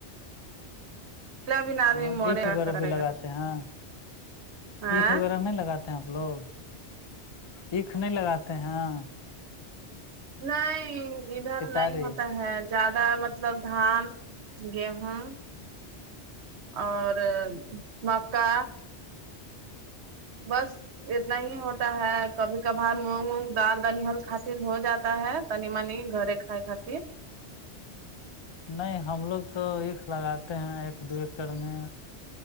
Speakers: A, on the right; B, on the left.
A: پلا بھی آدمی
B: اور
A: مورے
B: اکھ
A: گا
B: وغیرہ
A: کرے
B: بھی
A: گا
B: لگاتے ہیں
A: ہاں
B: اکھ وغیرہ نہیں لگاتے آ لوگ اکھ نہیں لگاتے ہیں
A: نہیں ادھر
B: کتاری
A: نہیں ہوتا ہے زیادہ مطلب دھان گیہوں اور مکا بس اتنا ہی ہوتا ہے کبھی کبھار مونگ وونگ دال دن ہل خاطر ہو جاتا ہے تنی منی گھر ک خطر
B: نہیں ہم لوگ تو عکھ لگاتے ہیں ایک دو ایکڑ میں